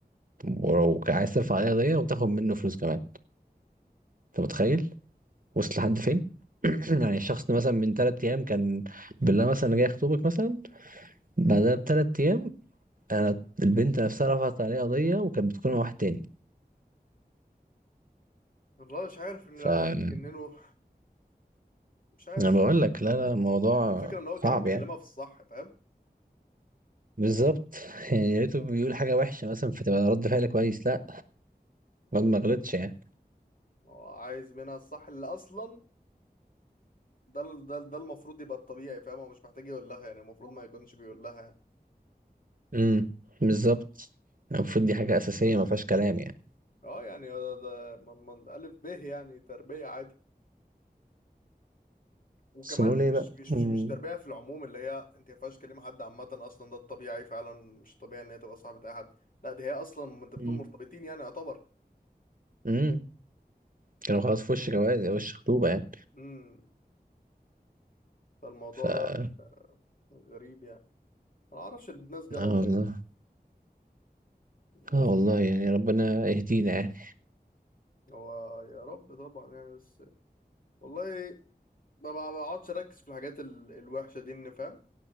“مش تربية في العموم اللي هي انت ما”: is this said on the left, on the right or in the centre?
Left